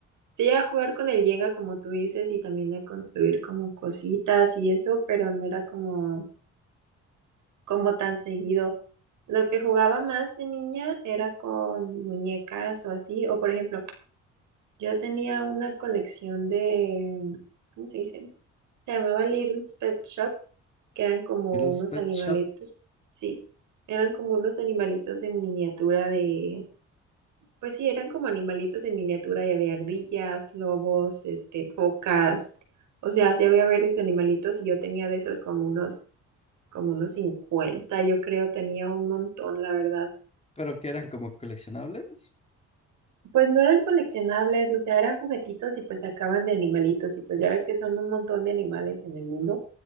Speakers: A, on the right; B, on the left.
A: sí a jugar con el Llega, como tú dices, y también a construir como cositas y eso, pero no era como, como tan seguido. Lo que jugaba más de niña era con muñecas o así, o por ejemplo, yo tenía una colección de, ¿cómo se dice? Se llamaban Little's Pet Shop, que eran como
B: Y los
A: unos
B: Pet
A: animalitos.
B: Shop,
A: Sí, eran como unos animalitos en miniatura de... Pues sí, eran como animalitos en miniatura y había ardillas, lobos, este, focas. O sea, sí había varios animalitos y yo tenía de esos como unos, como unos 50 yo creo, tenía un montón, la verdad.
B: pero que eran como coleccionables,
A: Pues no eran coleccionables, o sea, eran juguetitos y pues sacaban de animalitos y pues ya ves que son un montón de animales en el mundo,